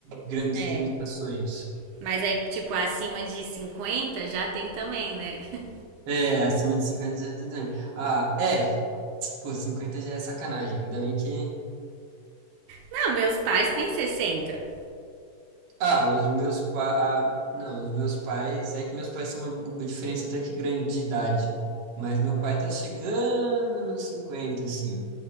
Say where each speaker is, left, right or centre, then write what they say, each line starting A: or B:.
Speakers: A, on the right; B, on the right.
A: grandes
B: É.
A: limitações.
B: Mas aí, tipo, acima de 50 já tem também, né? <laughs>
A: É, acima de 50 já tem também. Ah, é, pô, 50 já é sacanagem. Ainda bem que
B: Não, meus pais têm sessenta.
A: Ah, os meus pais. Ah, não, os meus pais. É que meus pais têm uma bu- diferença até que grande de idade. Mas meu pai tá chegando nos 50, assim.